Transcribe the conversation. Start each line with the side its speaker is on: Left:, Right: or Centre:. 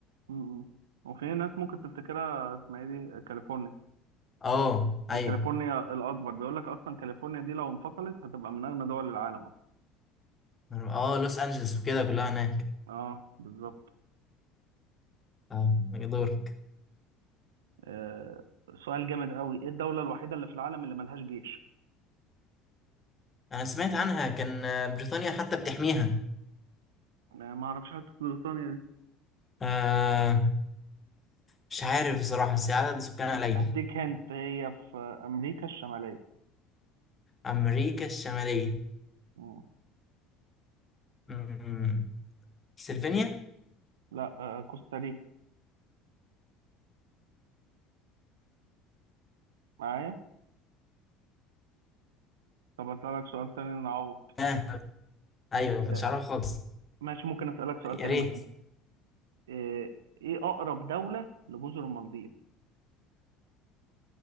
Right: مم، مم. وفي ناس ممكن تفتكرها اسمها ايه دي كاليفورنيا
Left: اه
Right: دي
Left: ايوه
Right: كاليفورنيا الأكبر بيقول لك أصلا كاليفورنيا دي لو انفصلت هتبقى من أغنى دول العالم أصلا
Left: اه لوس انجلوس وكده كلها هناك
Right: اه بالظبط
Left: اه يدورك
Right: آه، سؤال جامد قوي ايه الدولة الوحيدة اللي في العالم اللي ملهاش جيش
Left: انا سمعت عنها كان آه، بريطانيا حتى بتحميها
Right: ما ما اعرفش حتى بريطانيا دي
Left: آه مش عارف بصراحة بس عدد سكانها قليل
Right: اديك هنت هي في امريكا الشمالية
Left: امريكا الشمالية
Right: مم.
Left: مم. سلفينيا
Right: لا آه، كوستاريكا معايا طب اسألك سؤال تاني نعوض
Left: اه ايوه ما
Right: آه،
Left: كنتش عارفها خالص
Right: ماشي ممكن اسألك سؤال
Left: يا
Right: تاني
Left: ريت
Right: مكانها آه، ايه اقرب دولة لجزر المالديف